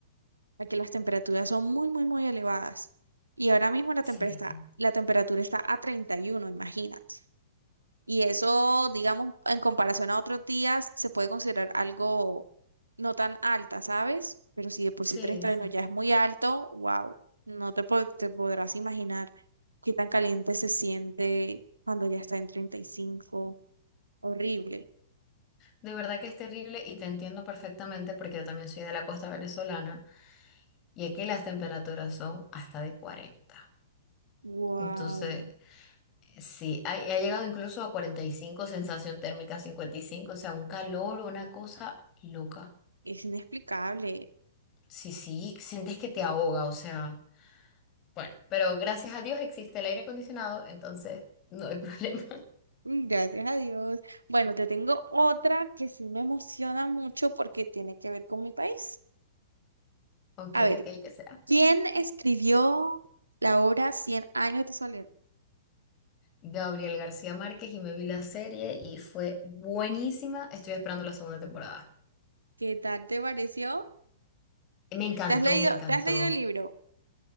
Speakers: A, on the right; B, on the left.
A: a que las temperaturas son muy, muy, muy elevadas. Y ahora mismo la
B: Sí.
A: temperatura está, la temperatura está a 31. imagínate. Y eso, digamos, en comparación a otros días, se puede considerar algo no tan alta, ¿sabes? Pero si de por
B: Sí,
A: sí 31
B: sí.
A: ya es muy alto, wow, no te, po- te podrás imaginar qué tan caliente se siente cuando ya está en treinta y cinco Horrible.
B: De verdad que es terrible y te entiendo perfectamente porque yo también soy de la costa venezolana y aquí las temperaturas son hasta de 40.
A: Wow,
B: Entonces, eh, sí, ha, ha llegado incluso a 45, sensación térmica 55, o sea, un calor, una cosa loca.
A: es inexplicable.
B: Sí, sí, sientes que te ahoga, o sea, bueno, pero gracias a Dios existe el aire acondicionado, entonces no hay problema. <laughs>
A: Mm, Gracias a Dios. Bueno, te tengo otra que sí me emociona mucho porque tiene que ver con mi país.
B: Ok,
A: A ver.
B: ok, ¿qué será?
A: ¿Quién escribió la obra Cien años de soledad?
B: Gabriel García Márquez y me vi la serie y fue buenísima. Estoy esperando la segunda temporada.
A: ¿Qué tal te pareció?
B: Me encantó,
A: ¿Te has leído,
B: me encantó.
A: te has leído el libro?